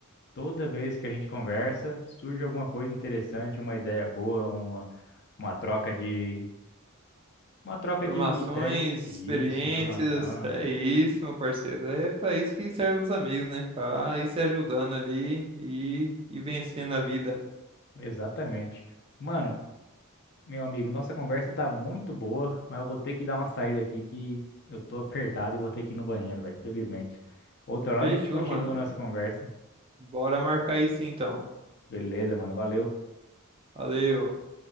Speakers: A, on the left; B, on the right.
A: Toda vez que a gente conversa, surge alguma coisa interessante, uma ideia boa, uma, uma troca de. Uma troca
B: formações
A: de ideia. Isso,
B: experiências,
A: informação.
B: é isso, meu parceiro. É pra isso que servem os amigos, né? Pra ir se ajudando ali e, e vencendo a vida.
A: Exatamente. Mano, meu amigo, nossa conversa tá muito boa, mas eu vou ter que dar uma saída aqui que eu tô apertado e vou ter que ir no banheiro, velho, infelizmente. Outra hora
B: Fechou,
A: a gente continua
B: mano.
A: a nossa conversa.
B: Bora marcar isso então.
A: Beleza, mano, valeu.
B: Valeu.